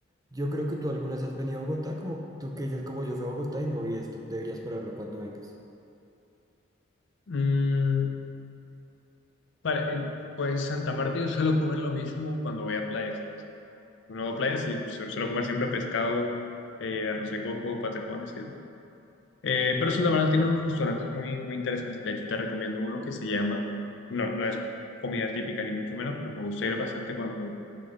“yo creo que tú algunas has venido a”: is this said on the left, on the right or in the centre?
Right